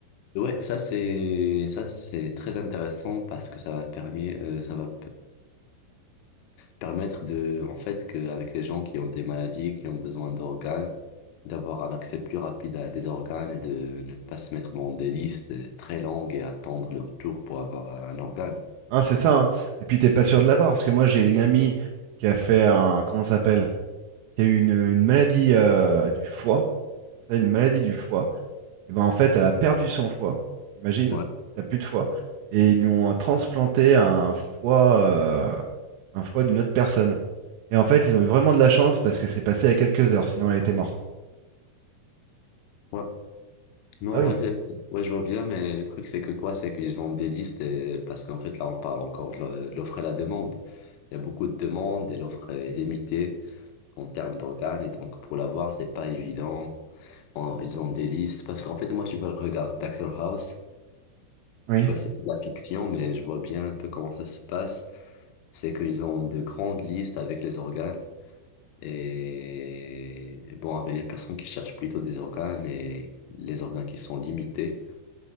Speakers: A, on the left; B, on the right.
A: Ouais, ça c'est ça c'est très intéressant parce que ça va permis euh, ça va permettre de, en fait, qu'avec les gens qui ont des maladies, qui ont besoin d'organes, d'avoir un accès plus rapide à des organes et de ne pas se mettre dans des listes très longues et attendre leur tour pour avoir un organe.
B: Hein, c'est ça. hein. Et puis, t'es pas sûr de l'avoir. Parce que moi, j'ai une amie qui a fait un. Comment ça s'appelle? Qui a eu une, une maladie euh, du foie. C'est ça, une maladie du foie. Et ben en fait, elle a perdu son foie. T'imagines?
A: Ouais,
B: T'as plus de foie. Et ils lui ont transplanté un foie, euh, un foie d'une autre personne. Et en fait, ils ont eu vraiment de la chance parce que c'est passé à quelques heures, sinon elle était morte.
A: ouais. Non,
B: Ah
A: en
B: oui,
A: vrai, euh, ouais, je vois bien, mais le truc, c'est que quoi? C'est qu'ils ont des listes et parce qu'en fait, là, on parle encore de l'o- l'offre et la demande. Il y a beaucoup de demandes et l'offre est limitée en termes d'organes et donc pour l'avoir, c'est pas évident. En- Ils ont des listes parce qu'en fait, moi, je vois, je regarde doctor House.
B: oui,
A: Tu vois, c'est de la fiction, mais je vois bien un peu comment ça se passe. C'est qu'ils ont de grandes listes avec les organes et bon, avec les personnes qui cherchent plutôt des organes et les organes qui sont limités